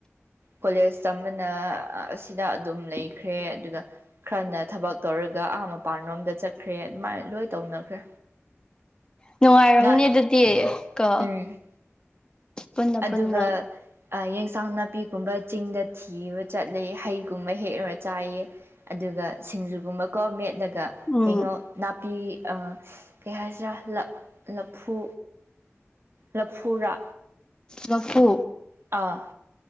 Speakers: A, on the right; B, on the left.
A: ꯀꯣꯂꯦꯖ ꯇꯝꯕꯅ ꯑ‌ ꯁꯤꯗ ꯑꯗꯨꯝ ꯂꯩꯈ꯭ꯔꯦ ꯑꯗꯨꯒ ꯈꯔꯅ ꯊꯕꯛ ꯇꯧꯔꯒ ꯑꯥ ꯃꯄꯥꯟꯔꯣꯝꯗ ꯆꯠ ꯈ꯭ꯔꯦ ꯑꯗꯨꯃꯥꯏꯅ ꯂꯣꯏ ꯇꯧꯅꯈ꯭ꯔꯦ
B: ꯅꯨꯡꯉꯥꯏꯔꯝꯅꯤ
A: ꯉꯥ
B: ꯑꯗꯨꯗꯤ ꯀꯣ
A: ꯎꯝ
B: ꯄꯨꯟꯅ
A: ꯑꯗꯨꯒ
B: ꯄꯨꯟꯅ
A: ꯑ ꯌꯦꯟꯁꯥꯡ ꯅꯥꯄꯤ ꯒꯨꯝꯕ ꯆꯤꯡꯗ ꯊꯤꯕ ꯆꯠꯂꯦ ꯍꯩꯒꯨꯝꯕ ꯍꯦꯛꯂꯔ ꯆꯥꯏꯌꯦ ꯑꯗꯨꯒ ꯁꯤꯡꯖꯨꯒꯨꯝꯕꯀꯣ ꯃꯦꯠꯂꯒ
B: ꯎꯝ
A: ꯀꯩꯅꯣ ꯅꯥꯄꯤ ꯑ ꯀꯩꯍꯥꯏꯁꯤꯔꯥ ꯂꯞ ꯂꯐꯨ ꯂꯐꯨꯔꯥ
B: ꯂꯐꯨ
A: ꯑ